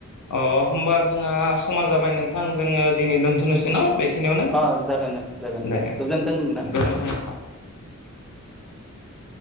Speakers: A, on the left; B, in the centre.
A: अ होनबा जों जोंहा समा जाबाय नोंथां जोङो दिनै दोन्थ'नोसै न बेखि नियावनो
B: अ जागोन जागोन
A: दे
B: गोजोन्थों नोंथां
A: गोजोन्थों नोंथां <inaudible>